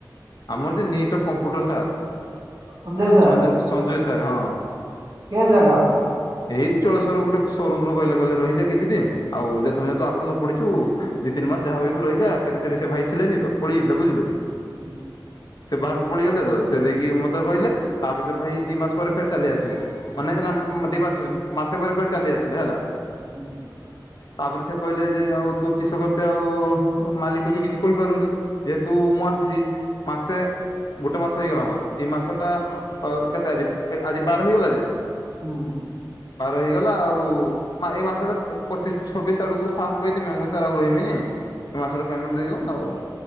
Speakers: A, on the left; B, on the right.
A: ଆମର ଯେ ନିଟ୍ ତ କମ୍ପୁଟର ସାର୍
B: ସଞ୍ଜୟ ସାର୍?
A: ସଜୟ ସଜୟ ସାର ହଁ। ହଁ
B: କିଏ ଜାଗା?
A: ଏଇଠି ଜଳେସ୍ୱରେ ଗୋଟେ ସୋରୁମ ର କହିଲେ କହିଲେ ରହିଯା କିଛି ଦିନ ଆଉ ଯେହେତୁ ଆଗକୁ ନ ପଢିଛୁ ଦି ତିନି ମାସ ଯାହା ରହିବୁ ରହିଜା କାହିଁକିନା ସେ ଭାଇ ଥିଲେ ନି ତ ପଳେଇାଇଥିଲେ ବୁଝିଲୁ?
B: ହୁଁ।
A: ସେ ବାହାରକୁ ପଳେଇଗଲେ ତ ସେ ଦେଇକି ମତେ କହିଲେ ତାପରେ ସେ ଭାଇ ଦି ମାସେ ପରେ ଫେରେ ଚାଲି ଆସିଲେ। ମାନେ ନା ଦିମାସେ କୋଉଚି ମାସେ ପରେ ଫେରେ ଚାଲି ଆସିଲେ ହେଲା।
B: ହୁଁ।
A: ତାପରେ ସେ କହିଲେ ଯେ ଆଉ ତୁ କିସକରତେ ଆଉ ମାଲିକ ବି କିଛି କହିପାରୁନି। ଯେହେତୁ ମୁଁ ଆସିଛି ମାସେ ଗୋଟେ ମାସ ହେଇଗଲା ମୋର ଏଇ ମାସଟା କେତେ ଆଜି ଆଜି ବାର ହେଇଗଲା ଯେ?
B: ହୁଁ।
A: ବାର ହେଇଗଲା ଆଉ ଏଇ ମାସଟା ପଚିଶି ଛବିଶି ଆଡକୁ ସାରଙ୍କୁ କହିଦେମି ମୁଁ ସାରେ ଆଉ ରହମିନି ଏ ମାସର ପେମେଣ୍ଟ ଦେଇଦିଅନ୍ତୁ ଆଉ